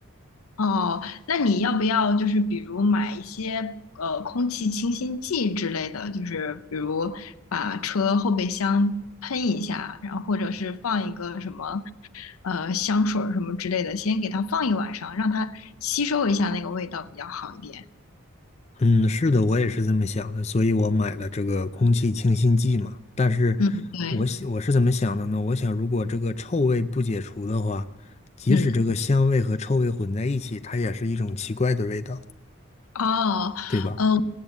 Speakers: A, on the left; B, on the left.
A: 哦，那你要不要就是比如买一些呃空气清新剂之类的，就是比如把车后备箱喷一下，然后或者是放一个什么呃香水儿什么之类的，先给它放一晚上，让它吸收一下那个味道比较好一点。
B: 嗯，是的，我也是这么想的，所以我买了这个空气清新剂嘛。但是
A: 嗯，对，
B: 我想我是怎么想的呢？我想如果这个臭味不解除的话，即使这个香味和臭味混在一起，
A: 嗯。
B: 它也是一种奇怪的味道，
A: 哦，
B: 对吧？
A: 嗯，